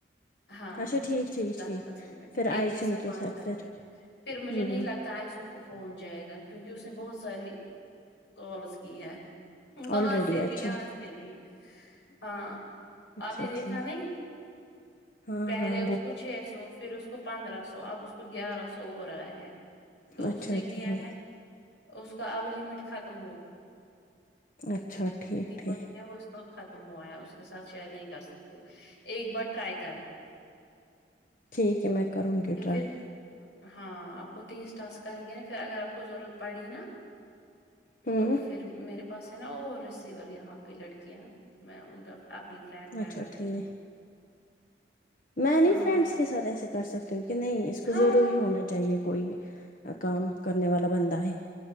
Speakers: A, on the left; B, on the left.
A: ہاں
B: اچھا ٹھیک ٹھیک
A: دس
B: ٹھیک
A: دس منٹ
B: پھر
A: ایک
B: آئسم
A: کے ساتھ پانچ کر سکتے
B: پھر
A: ہیں پھر مجھے نہیں
B: ہوں
A: لگتا آئیسن فون جائے گا کیونکہ اس نے بہت ساری کالس کی ہے وہاں
B: آلریڈی
A: سے
B: اچھا
A: بھی یہاں سے بھی ہے ہاں
B: اچھا
A: آپ نے دیکھا
B: ٹھیک
A: نہیں
B: ہاں
A: پہلے
B: ہاں
A: اس
B: وہ
A: کو چھ سو پھر اس کو پندرہ سو اب اس کو گیارہ سو ہو رہا ہے تو
B: اچھا
A: اس نے کیا
B: ٹھیک
A: ہے اس کا اب لمٹ ختم ہوا
B: اچھا ٹھیک ٹھیک
A: ہوتی ہے وہ اس کو ختم ہوا ہے اس کے ساتھ شیئر نہیں کر سکتی ایک بار ٹرائی کرنا
B: ٹھیک ہے میں کروں گی ٹرائی
A: پھر ہاں آپ کو تیس ٹاسک آئیں گے نا پھر اگر آپ کو ضرورت پڑی نا
B: ہوں
A: تو پھر میرے پاس ہے نا اور ریسیور یہاں پہ لڑکیاں میں ان کا آ فرینڈ وینڈ
B: اچھا
A: وغیرہ
B: ٹھیک میں نہیں
A: ہاں
B: فرینڈس کے ساتھ ایسے کر سکتی ہوں کہ نہیں اس کو
A: ہاں
B: ضروری ہونا چاہیے کوئی کام کرنے والا بندہ ہے